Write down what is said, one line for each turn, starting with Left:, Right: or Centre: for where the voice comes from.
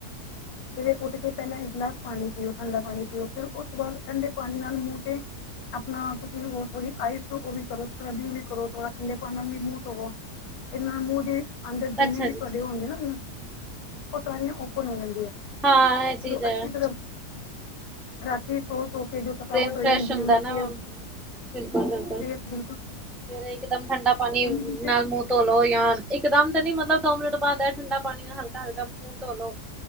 Left: ਸਵੇਰੇ ਉੱਠ ਕੇ ਪਹਿਲਾਂ ਇੱਕ ਗਿਲਾਸ ਪਾਣੀ ਪੀਓ ਠੰਡਾ ਪਾਣੀ ਪੀਓ ਫਿਰ ਉਸ ਤੋਂ ਬਾਅਦ ਠੰਡੇ ਪਾਣੀ ਨਾਲ ਮੂੰਹ ਤੇ ਆਪਣਾ ਤੁਸੀਂ ਉਹ ਥੋੜੀ ਆਈਸ ਉਹ ਵੀ ਸਕਰਬੀ ਵੀ ਕਰੋ ਥੋੜਾ ਠੰਡ ਦਾ ਮੂੰਹ ਧੋਵੋ ਇਦੇ ਨਾਲ ਮੂੰਹ ਦੀ ਅੰਦਰ ਜਿੰਨੀ
Centre: ਅੱਛਾ
Left: ਵੀ
Centre: ਜੀ
Left: ਤੁਹਾਡੇ ਉਹ ਹੁੰਦੇ ਨਾ ਉਹ ਸਾਰੀਆਂ ਓਪਨ ਹੋ ਜਾਂਦੀਆਂ
Centre: ਹਾਂ ਇਹ ਚੀਜ਼
Left: ਜਦੋਂ <unintelligible>
Centre: ਹੈ।
Left: ਤਰਬ ਰਾਤੀ ਧੋ-ਧੋ ਕੇ ਜੋ ਥਕਾਵਟ
Centre: ਦੇਨ
Left: ਹੋਈ
Centre: ਫਰੈਸ਼
Left: ਹੁੰਦੀ
Centre: ਹੁੰਦਾ
Left: ਹੈ ਮਤਲਬ
Centre: ਨਾ
Left: ਫੇਸ
Centre: ਬਿਲਕੁਲ-ਬਿਲਕੁਲ
Left: ਫੇਸ ਬਿਲਕੁਲ
Centre: ਸਵੇਰੇ ਇਕ ਦਮ ਠੰਡਾ ਪਾਣੀ
Left: ਦੀ ਤੇ
Centre: ਨਾਲ ਮੂ ਧੋਲੋ ਯਾ ਇਕਦਮ ਤਾਂ ਨੀ ਮਤਲਬ ਦੋ ਮਿੰਟ ਬਾਦ ਐ ਠੰਡਾ ਪਾਨੀ ਨਾਲ ਹਲਕਾ-ਹਲਕਾ ਮੂੰਹ ਧੋਲੋ।